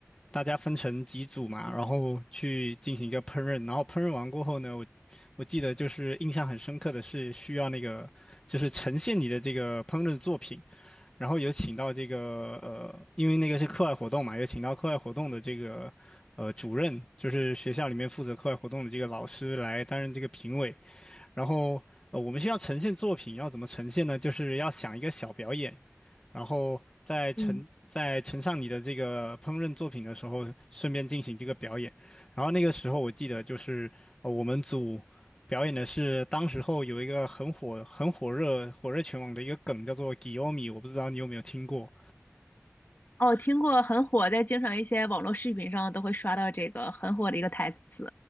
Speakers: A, on the left; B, on the left.
A: 大家分成几组嘛，然后去进行一个烹饪，然后烹饪完过后呢，我我记得就是印象很深刻的是需要那个就是呈现你的这个烹饪作品，然后有请到这个呃，因为那个是课外活动嘛，有请到课外活动的这个呃主任，就是学校里面负责课外活动的这个老师来担任这个评委，然后。呃，我们需要呈现作品，要怎么呈现呢？就是要想一个小表演，然后在呈在呈上你的这个烹饪作品的时候，
B: 嗯，
A: 顺便进行这个表演。然后那个时候我记得就是呃我们组表演的是当时候有一个很火很火热火热全网的一个梗叫做 g i o m i 我不知道你有没有听过。
B: 哦，听过很火，在经常一些网络视频上都会刷到这个很火的一个台词。